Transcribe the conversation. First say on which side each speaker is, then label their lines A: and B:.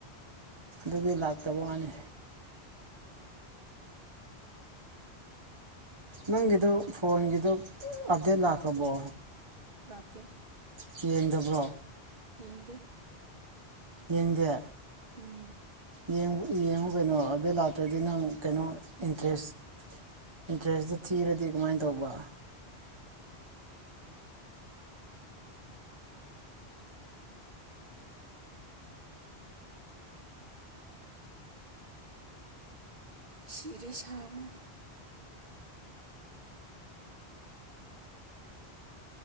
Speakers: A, on the right; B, on the right.
A: ꯑꯗꯨꯒꯤ ꯂꯥꯛꯇꯕ ꯋꯥꯅꯤ ꯅꯪꯒꯤꯗꯣ ꯐꯣꯟꯒꯤꯗꯣ ꯑꯞꯗꯦꯠ ꯂꯥꯛꯀꯔꯕꯣ
B: ꯂꯥꯛꯇꯦ
A: ꯆꯌꯥ ꯗꯕ꯭ꯔꯣ
B: ꯌꯦꯡꯗꯦ
A: ꯌꯦꯡꯗꯦ
B: ꯎꯝ
A: ꯌꯦꯡꯕ ꯌꯦꯡꯉꯨ ꯀꯩꯅꯣ ꯑꯕꯗꯦꯠ ꯂꯥꯛꯇ꯭ꯔꯗꯤ ꯅꯪ ꯀꯩꯅꯣ ꯏꯟꯇꯔꯦꯁ ꯏꯟꯇꯔꯦꯁꯇꯨ ꯊꯤꯔꯗꯤ ꯀꯃꯥꯏꯅ ꯇꯧꯕ
B: ꯁꯤꯔꯦ ꯁꯥꯕꯅ